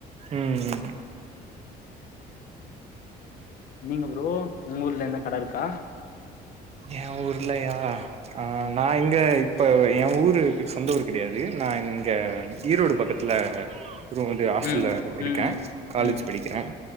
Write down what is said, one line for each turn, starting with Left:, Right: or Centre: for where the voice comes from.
Right: உம் உம்
Left: நீங்க ப்ரோ உங்க ஊர்ல என்ன கடை இருக்கா
Right: என் ஊர்லயா அஹ நான் இங்க இப்ப ஏன் ஊரு சொந்த ஊரு கிடையாது நான் இங்க ஈரோடு பக்கத்துல அப்புறம் வந்து ஹாஸ்டல்ல
Left: ம்
Right: இருக்கேன்
Left: ம்
Right: காலேஜ்
Left: ம்
Right: படிக்கிறேன்